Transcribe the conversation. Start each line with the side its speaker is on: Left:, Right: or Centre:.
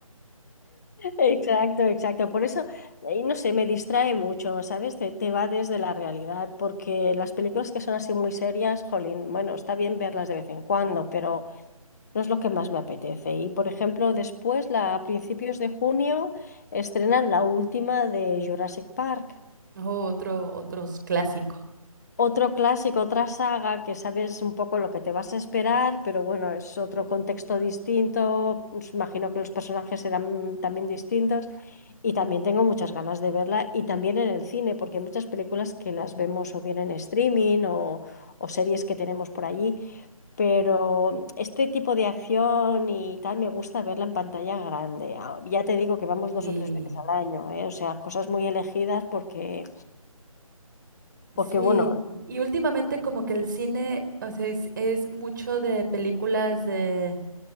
Left: Exacto, exacto. Por eso, eh, no sé, me distrae mucho, ¿sabes? Te, te va desde la realidad, porque las películas que son así muy serias, jolín, bueno, está bien verlas de vez en cuando, pero no es lo que más me apetece. Y, por ejemplo, después, la- a principios de junio, estrenan la última de Jurassic Park.
Right: o otro, otros clásico.
Left: Otro clásico, otra saga que sabes un poco lo que te vas a esperar, pero bueno, es otro contexto distinto. Pues Imagino que los personajes serán también distintos. Y también tengo muchas ganas de verla y también en el cine, porque hay muchas películas que las vemos o bien en streaming o, o series que tenemos por allí, pero este tipo de acción y tal me gusta verla en pantalla grande. Ah, Ya te digo que vamos
Right: Sí.
Left: dos o tres veces al año, ¿eh? O sea, cosas muy elegidas porque, porque
Right: Sí,
Left: bueno,
Right: y últimamente como que el cine, o sea, es, es mucho de películas de,